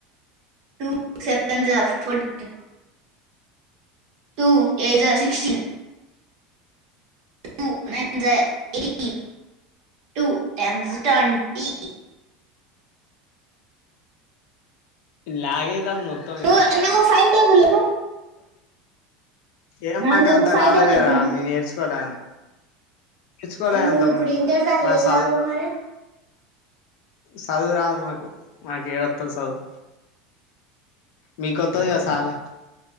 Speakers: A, on the right (about 50°); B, on the left (about 55°).
A: టూ సెవెన్ జా ఫర్టీన్ టూ ఏయిట్ జా సిక్స్టీన్ టూ నైన్ జా ఎయిటీన్ టూ టెన్ జా ట్వంటీ
B: లాగ్ అయితాంది మొత్తం
A: ను
B: ఈడ
A: నువ్వు ఫైవ్ టేబుల్ చెప్పు
B: ఏ మనక
A: నాకు చెప్పు
B: అంత
A: ఫైవ్
B: రాదులేరా
A: టేబుల్ చెప్పు నువ్వు
B: మీరు నేర్చుకోలే తెచ్చుకోలే
A: నువ్వు
B: అంత
A: ఇప్పుడు
B: మ
A: ఇంటర్ చదివి
B: మాకు
A: ఏం
B: సదు
A: లాభం మరి
B: చదువు రాదు మాకు మాకు ఏడ వత్తది చదువు మీకొత్తది కదా చాల్లే